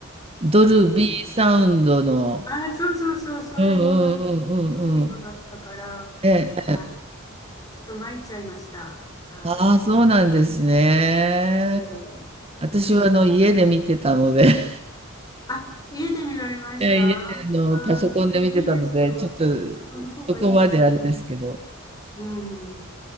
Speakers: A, on the right; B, on the left.
A: ドルビーサウンドの、
B: うん。あ、そうそうそう、それのなんか古いのだったから、
A: うんうんうんうんうん。ええ、
B: はい。ちょっと参っちゃいました。はい。
A: ああ、そうなんですね。
B: ね
A: 私はあの家で見てたので、
B: ええー、
A: <laughs>
B: あ、家で見られましたあ
A: ええ家であのパソコンで見てたので、
B: あそれでいいですよ。
A: ちょっと
B: その方がいいですよ。
A: そこまであれですけど。
B: うん。